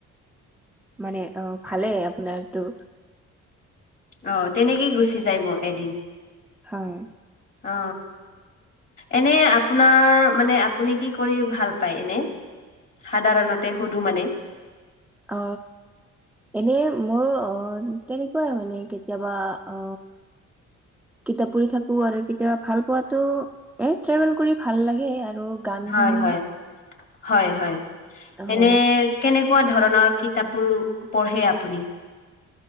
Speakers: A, in the centre; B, on the left.
A: মানে অ ভালে আপোনাৰটো।
B: অ তেনেকেই গুচি যায় মোৰ এদিন।
A: হয়।
B: অ এনে আপোনাৰ মানে আপুনি কি কৰি ভাল পায় এনে। সাধাৰণতে সুধো মানে।
A: অ এনে মোৰো আহ তেনেকুৱাই মানে কেতিয়াবা আ। কিতাপ পঢ়ি থাকো আৰু কেতিয়াবা ভাল পোৱাাতো এ ট্ৰেভেল কৰি ভাল লাগে আৰু গান
B: হয়
A: শুনি
B: হয় হয় হয়
A: হয়
B: এনে কেনেকুৱা কুৱা ধৰণৰ কিতাপ বোৰ পঢ়ে আপুনি